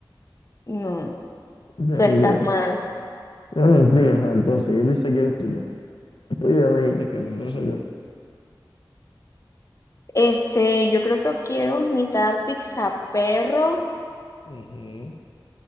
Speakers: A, on the left (about 40°); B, on the left (about 85°).
A: No,
B: De-
A: tú estás
B: de-
A: mal.
B: Bueno, en fin, ajá, entonces, ¿qué pizza quieres tú, bro? Oye, ya me dijiste que Mendoza, güey.
A: Este, yo creo que quiero mitad pizza perro
B: Ujú.